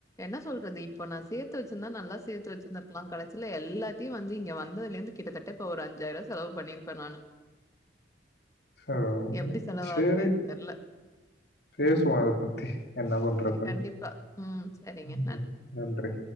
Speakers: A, on the left (about 20°); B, on the left (about 60°).
A: என்ன சொல்றது இப்ப நா சேத்து வச்சிருந்தா நல்லா சேத்து வச்சிருந்திருக்கலா கடசில எல்லாத்தையும் வந்து இங்க வந்ததுல இருந்து கிட்டத்தட்ட இப்ப ஒரு அஞ்சாயிர ரூபா செலவு பண்ணியிருப்பேன் நானு
B: ம் ஆமா
A: எப்டி செலவாகுதுன்னே
B: சேரி
A: தெர்ல
B: பேசுவோ இத பத்தி என்ன பண்றதுன்னு
A: சரி கண்டிப்பா ம் சரிங்க
B: ம் நன்றி